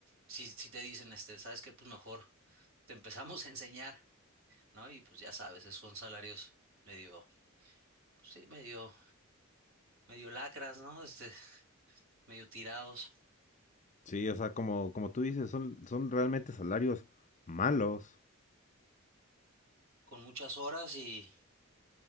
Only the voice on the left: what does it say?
Sí, o sea, como, como tú dices, son, son realmente salarios malos,